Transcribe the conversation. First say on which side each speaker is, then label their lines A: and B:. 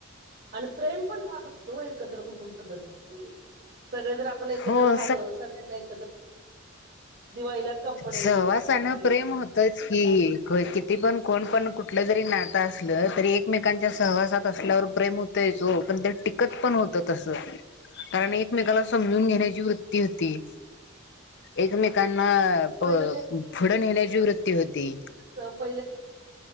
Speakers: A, on the right; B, on the left.
A: आणि प्रेम पण राहतं होत हो एकत्र कुटुंब पद्धतीती सगळे जण आपण एकत्र
B: हो
A: राहतो सगळ्यांनं एकत्र दिवाळीला कपडे,
B: सहवासान
A: फटाके
B: प्रेम होत तेच की किती पण कोण पण कुठलं जरी नातं असलं तरी एकमेकांच्या सहवासात असल्यावर प्रेम होतय ओ पण ते टिकत पण होत तस कारण एकमेकाला समजून घेण्याची वृत्ती होती. एकमेकांना
A: पहिले
B: प पुढ नेण्याची वृत्ती होती.
A: स, पहिले